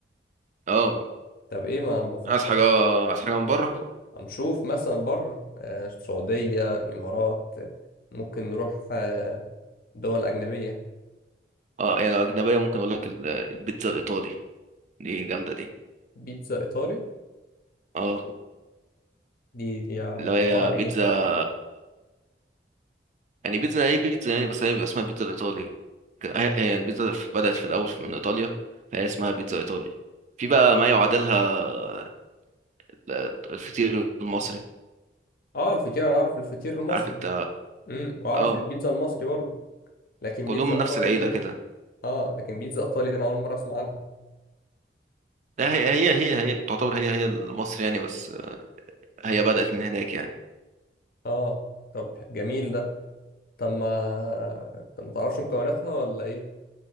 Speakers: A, on the right (about 40°); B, on the left (about 55°).
A: اه
B: طب ايه ما مفكرش
A: عايز حاجه عايز حاجه من بره
B: هنشوف مثلا بره آه، السعودية إمارات آه، ممكن نروح آه، دول أجنبية
A: اه يعني لو اجنبيه ممكن اقول لك ال- البيتزا الايطالي دي جامده دي
B: بيتزا إيطالي
A: اه
B: دي دي عبارة
A: اللي هي
B: عن إيه؟
A: بيتزا يعني بيتزا ايه بيتزا يعني بس هي بيبقى اسمها بيتزا الايطالي هي هي البيتزا في- بدأت في الأول من إيطاليا فهي اسمها بيتزا إيطالي في بقى ما يعادلها ال- الفطير المصري
B: آه الفطير أنا أعرف الفطير المصري
A: عارف أنت
B: امم وأعرف
A: اه
B: البيتزا المصري برضه لكن
A: كلهم
B: بيتزا
A: من
B: إيطالي
A: نفس العيلة
B: دي
A: كده
B: آه لكن بيتزا إيطالي دي أنا أول مرة أسمع عنها
A: لا هي هي هي هي تعتبر هي هي المصري يعني بس هي بدأت من هناك يعني
B: آه طب جميل ده طب ما طب ما تعرفش مكوناتها ولا إيه؟